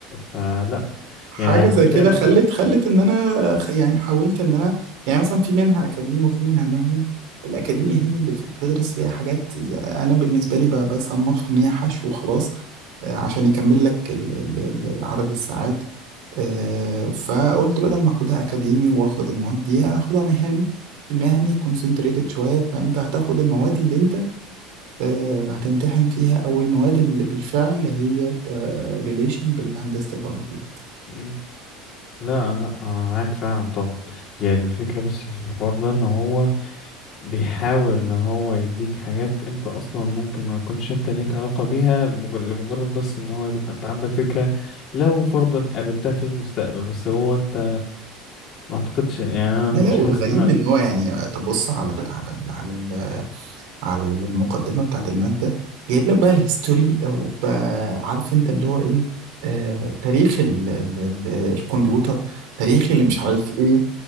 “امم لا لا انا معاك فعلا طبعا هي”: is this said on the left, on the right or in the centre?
Left